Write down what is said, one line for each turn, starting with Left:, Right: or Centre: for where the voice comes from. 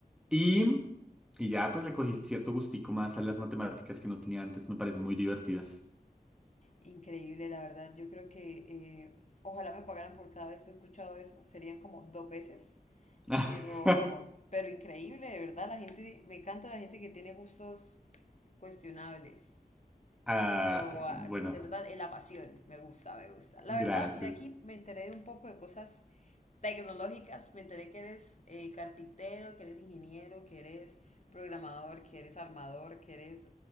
Centre: Y, y ya pues le cogí cierto gustico más a las matemáticas que no tenía antes, me parecen muy divertidas.
Left: Increíble, la verdad. Yo creo que eh, ojalá me pagaran por cada vez que he escuchado eso. Serían como dos veces.
Centre: <laughs>
Left: Pero, pero increíble, de verdad. La gente, me encanta la gente que tiene gustos cuestionables.
Centre: Ah,
Left: Pero ah,
Centre: bueno,
Left: que se nota en la pasión. Me gusta, me gusta. La
Centre: gracias.
Left: verdad, de aquí me enteré de un poco de cosas tecnológicas. Me enteré que eres eh, carpintero, que eres ingeniero, que eres programador, que eres armador, que eres...